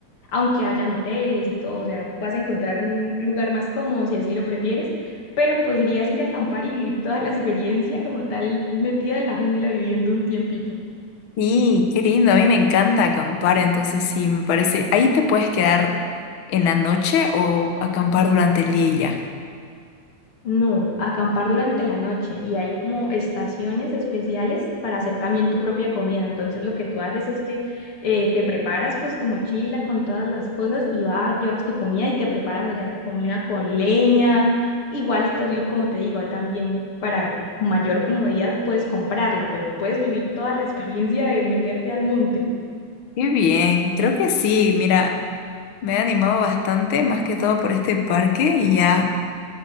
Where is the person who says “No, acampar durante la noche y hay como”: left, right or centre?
Left